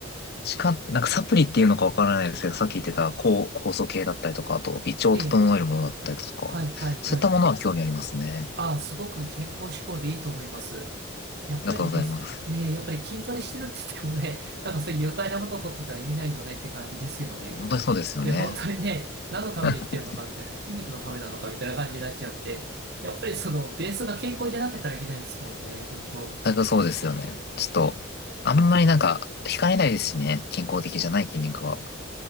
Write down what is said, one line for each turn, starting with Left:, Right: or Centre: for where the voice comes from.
Left: しか、なんかサプリっていうのかわからないですけど、さっき言ってた酵、酵素系だったりとか、あと胃腸を整えるものだったりとか、
Right: ええ、はい、はい、はい。
Left: そういったものは興味ありますね。
Right: ああ、すごく健康志向でいいと思います。やっぱりです。
Left: ありがとうございます。
Right: ねやっぱり筋トレしてるって言ってもね、<laughs> なんかそういう有害なものを取ってたら意味ないよねって感じですよね。
Left: 本当にそうですよね。
Right: で、本当にね、何のために言ってるのかみたいな、
Left: <laughs>
Right: 筋肉のためなのかみたいな感じになっちゃって、やっぱりそのベースが健康じゃなけたら意味ないですもんね、本当。
Left: 全くそうですよね。ちょっと、あんまりなんか、惹かれないですしね。健康的じゃない筋肉は。